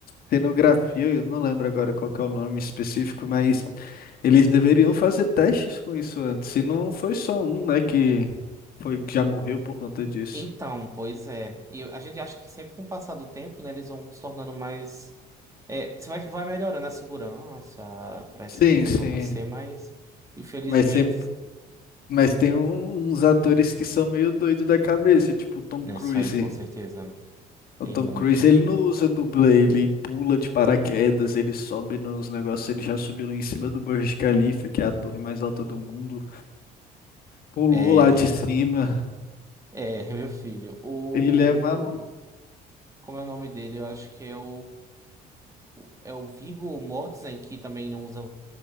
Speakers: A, on the left (about 60°); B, on the right (about 20°).
A: cenografia, eu não lembro agora qual que é o nome específico, mas eles deveriam fazer testes com isso antes. E não foi só um, né, que foi que já morreu por conta disso.
B: Então, pois é. E eu- a gente acha que sempre com o passar do tempo, né, eles vão se tornando mais. É, você vai, vai melhorando a segurança para esse
A: Sim,
B: tipo de coisa
A: sim.
B: não acontecer, mas infelizmente.
A: Mas sempre, mas tem um- uns atores que são meio doido da cabeça, tipo Tom
B: Não,
A: Cruise.
B: isso aí, com certeza.
A: O
B: Tem
A: Tom
B: muitos,
A: Cruise, ele
B: viu?
A: não usa dublê, ele pula de paraquedas, ele sobe nos negócios, ele já subiu em cima do Burj Khalifa, que é a torre mais alta do mundo, pulou
B: É,
A: lá de cima,
B: é, <laughs> meu filho. O.
A: ele é maluco.
B: Como é o nome dele? Eu acho que é o. o- é o Viggo Mortensen, que também não usa.